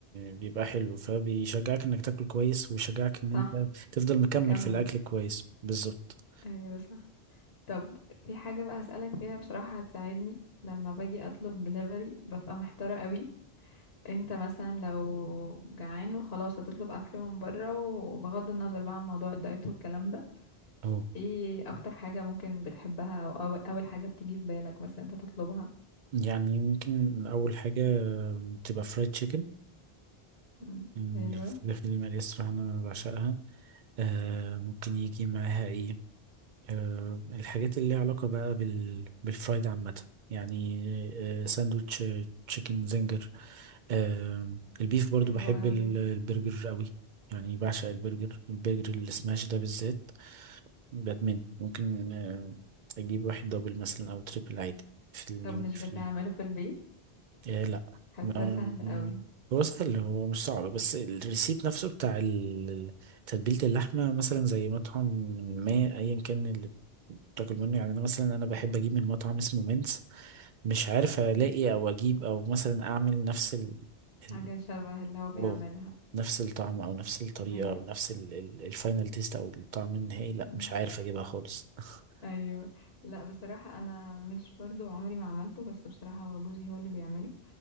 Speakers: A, on the right; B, on the left.
A: بيبقى حلو فبيشجعك انك تاكل كويس ويشجعك ان انت
B: صح
A: تفضل مكمل
B: تكمل
A: في الاكل كويس بالظبط
B: ايوه صح طب في حاجة بقى هسألك فيها بصراحة هتساعدني لما باجي اطلب دليفري ببقى محتارة قوي انت مثلا لو جعان وخلاص هتطلب اكل من بره وبغض النظر بقى عن موضوع الدايت والكلام ده
A: اهو
B: ايه اكتر حاجة ممكن بتحبها او أو- اول حاجة بتيجي في بالك مثلا انت تطلبها
A: يعني يمكن اول حاجة تبقى فرايد تشيكن
B: مم.
A: الفراخ
B: ايوه
A: المقلية الصراحة انا بعشقها آه ممكن يجي معاها ايه آه، الحاجات اللي ليها علاقة بقى بال... بالفرايد عامة يعني آه، ساندوتش آه، تشيكن زنجر آه، البيف برضو
B: بحبه
A: بحب
B: قوي
A: ال- البرجر قوي يعني بعشق البرجر البرجر السماش ده بالذات بدمنه ممكن آه، أجيب واحد دبل مثلا أو تريبل عادي في اليوم
B: طب مش
A: في
B: بتعمله في البيت
A: إيه لا
B: حاساه
A: ما-
B: سهل قوي
A: هو سهل هو مش صعب بس الريسيب نفسه بتاع ال- تتبيلة اللحمة مثلا زي مطعم ما أيا كان اللي بتاكل منه يعني أنا مثلا أنا بحب أجيب من مطعم اسمه مينز مش عارف ألاقي
B: مم.
A: أو أجيب أو مثلا أعمل نفس ال
B: حاجة
A: ال-
B: شبه اللي هو بيعملها
A: واو، نفس الطعم أو نفس الطريقة
B: ايوه
A: أو نفس ال- ال- الفاينل تيست أو الطعم النهائي لا
B: مم.
A: مش عارف أجيبها خالص <laughs>
B: ايوه لا بصراحة انا مش برضو عمري ما عملته بس بصراحة هو جوزي هو اللي بيعمله